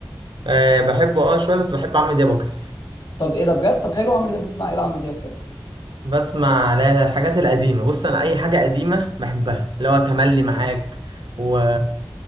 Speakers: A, on the right; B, on the left.
A: آه، بحبه اه شويه بس بحب عمرو دياب اكتر
B: طب ايه ده بجد طب حلو عمرو دياب بتسمع ايه لعمرو دياب طيب
A: بسمع لا لا الحاجات القديمه بص انا اي حاجه قديمه بحبها اللي هو تملي معاك و